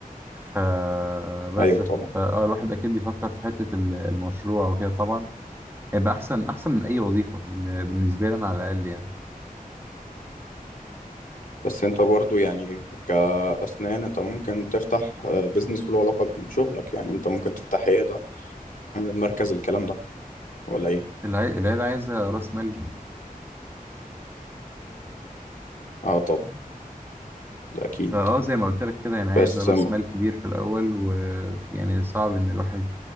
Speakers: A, on the right (about 15°); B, on the left (about 65°).
A: فبس
B: ايوه
A: ف...
B: طبعا
A: فأه الواحد أكيد بيفكر في حتة ال- المشروع وكده طبعا هيبقى أحسن أحسن من أي وظيفة بال- بالنسبة لي أنا على الأقل يعني
B: بس انت برضو يعني كأسنان انت ممكن تفتح آه، بيزنس له علاقة بشغلك يعني انت ممكن تفتح عيادة مركز الكلام ده ولا ايه
A: العي- العيلة عايزة رأس مال
B: اه طبعا ده اكيد
A: فاه زي ما قلت لك كده يعني عايز
B: بس
A: راس
B: أم-
A: مال كبير في الاول ويعني صعب ان الواحد